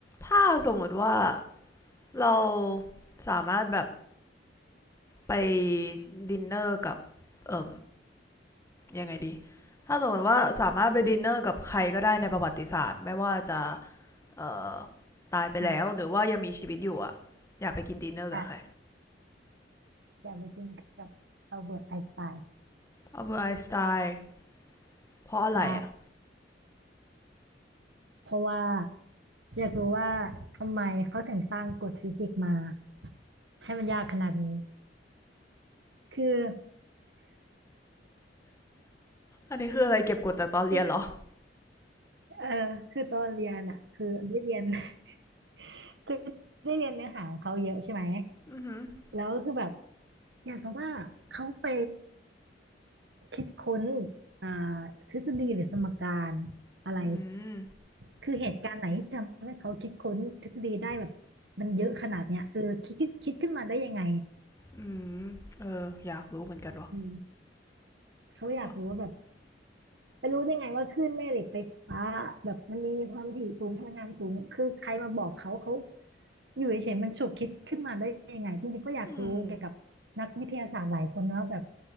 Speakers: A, on the left; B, on the right.
A: ถ้าสมมติว่าเราสามารถแบบไปดินเนอร์กับเอ่อยังไงดี ถ้าสมมติว่าสามารถไปดินเนอร์กับใครก็ได้ในประวัติศาสตร์ไม่ว่าจะเอ่อตายไปแล้วหรือว่ายังมีชีวิตอยู่อะอยากไปกินดินเนอร์กับใคร
B: อ่ะอ่ะอยากไปกินกับอัลเบิร์ตไอน์สไตน์
A: อัลเบอร์ตไอน์สไตน์เพราะอะไรอะ
B: ใช่เพราะว่าอยากรู้ว่าทำไมเขาถึงสร้างกฎฟิสิกส์มาให้มันยากขนาดนี้คือ
A: อันนี้คืออะไรเก็บกดจากตอนเรียนเหรอ
B: คือเออคือตอนเรียนอ่ะคือได้เรียน <laughs> คือได้เรียนเนื้อหาของเขาเยอะใช่ไหม
A: ืม
B: แล้วคือแบบอยากรู้ว่าเขาไปคิดค้นอ่าทฤษฎีหรือสมการอะไร
A: อืม
B: คือเหตุการณ์ไหนที่ทำให้เขาคิดค้นทฤษฎีได้แบบมันเยอะขนาดเนี้ยเออคิดคิดคิดขึ้นมาได้ยังไง
A: อืมเอออยากรู้เหมือนกันวะ
B: อืมเขาอยากรู้ว่าแบบ
A: เนอะ
B: ไปรู้ได้ไงว่าคลื่นแม่เหล็กไฟฟ้าแบบมันมีความถี่สูงพลังงานสูงคือใครมาบอกเขาเขาอยู่เฉยๆมันฉุกคิดขึ้นมาได้ยังไงจริงๆก็อยากรู้เกี่ยวกับนักวิทยาศาสตร์หลายคนนะว่าแบบ
A: อืม